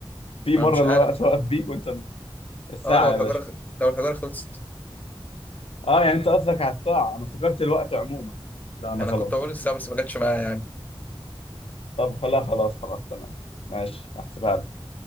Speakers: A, on the left; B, on the left.
A: في
B: انا
A: مرة
B: مش
A: الوقت
B: عارف بقى.
A: وقف بيك وانت الساعة
B: اه لو الحجارة
A: يا باشا
B: خ... لو الحجارة خلصت
A: اه يعني انت قصدك على الساعة انا افتكرت الوقت عموما لا انا
B: انا
A: ظلمتك
B: كنت اقول السحاب بس ما جاتش معايا يعني
A: طب خلاص خلاص خلاص تمام ماشي احسبها لك